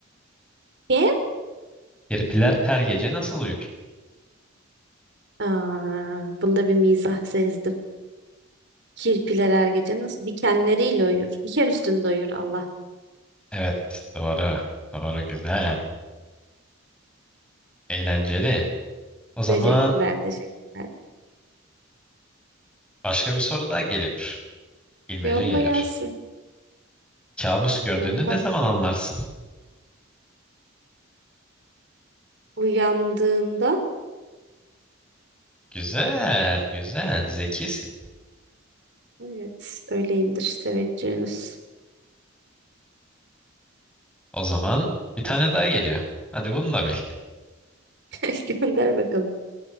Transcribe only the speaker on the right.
Ye?
Aa, bunda bir mizah sezdim. Kirpiler her gece nasıl dikenleriyle uyur. Diken üstünde uyur Allah.
Teşekkürler, teşekkürler.
Yolla
gelsin.
Yolla.
Uyandığında,
evet, öyleyimdir teveccühünüz.
<laughs> Gönder bakalım.